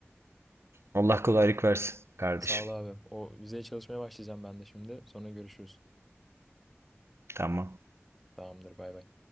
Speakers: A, on the right (about 65°); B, in the centre.
A: Allah kolaylık versin kardeşim.
B: Sağ ol abi. O vizeye çalışmaya başlayacağım ben de şimdi. Sonra görüşürüz.
A: Tamam.
B: Tamamdır bay bay.